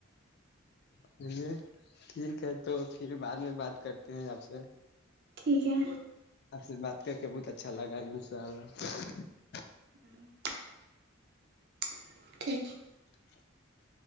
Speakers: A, on the left; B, on the right.
A: چلیے ٹھیک ہے تو پھر بعد میں بات کرتے ہیں اپ سے
B: ٹھیک ہے
A: <inaudible> <inaudible>
B: <inaudible>
A: <unintelligible>